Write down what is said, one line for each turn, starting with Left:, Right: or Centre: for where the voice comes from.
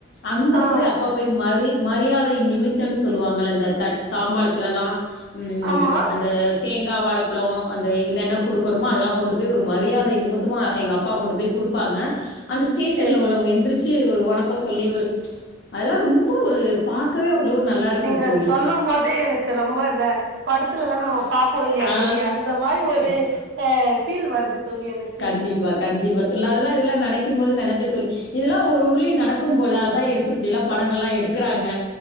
Left: அங்க
Right: ஆ
Left: போய் அப்பா போய் மரி மரியாதை நிமித்தன்னு சொல்லுவாங்கல இந்த தட்டு தாம்பாளத்திலலா ம்
Right: ஆமா
Left: அந்த தேங்கா வாழைப்பழோ அந்த என்னென்ன குடுக்கணுமோ அதெல்லா கொண்டு போய் ஒரு மரியாதை நிமித்தமா எங்க அப்பா கொண்டு போய் குடுப்பாங்க அந்த ஸ்டேஷன்ல
Right: சேரி
Left: உள்ளவங்க எந்திரிச் சி ஒரு வணக்கோ சொல்லி ஒரு அதெல்லா ரொம்ப ஒரு பாக்கவே அவ்வளோ ஒரு நல்லாருக்கும்
Right: நீங்க
Left: தோழி.
Right: சொல்லும் போதே எனக்கு ரொம்ப இந்த படத்துல எல்லா நம்ம பாப் ப்போ இல்லயா
Left: ஆ.
Right: தோழி அந்த மாரி ஒரு
Left: க
Right: அ ஃபீல் வருது தோழி எனக்கு
Left: கண்டிப்பா கண்டிப்பா தோ அதெல்லா இதெல்லா நனைக்கும் போது நனப்ப தோழி இதெல்லா ஒரு ஊர்ளயு நடக்கும் போல அதா எடுத்து இப்டி எல்லா படங்கள் எல்லா எடுக்குறாங்க